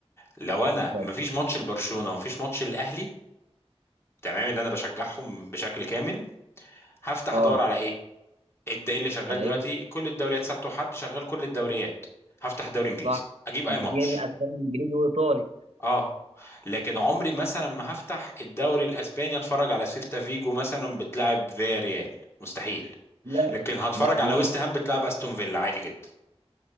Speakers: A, on the left; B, on the right.
A: لو انا
B: اتفضل.
A: مفيش ماتش لبرشلونه ومفيش ماتش الاهلي تمام اللي انا بشجعهم بشكل كامل هفتح
B: اه
A: ادور على ايه الد- ايه اللي شغال
B: على
A: دلوقتي
B: ايه؟
A: كل الدوريات سبت وحد شغال كل الدوريات هفتح الدوري الانجليزي
B: صح
A: اجيب اي
B: اسباني
A: ماتش
B: اسباني انجليزي وايطالي
A: اه لكن عمري مثلا ما هفتح الدوري الاسباني اتفرج على سيلتا فيجو مثلا بتلعب فيا ريال مستحيل
B: لا
A: لكن هتفرج
B: ده حقيقي
A: على ويست هام بتلعب استون فيلا عادي جدا